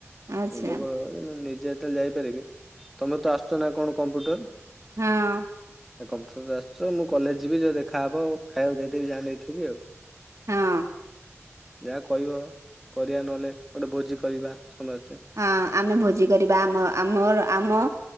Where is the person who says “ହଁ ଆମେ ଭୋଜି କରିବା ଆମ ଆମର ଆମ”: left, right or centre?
Right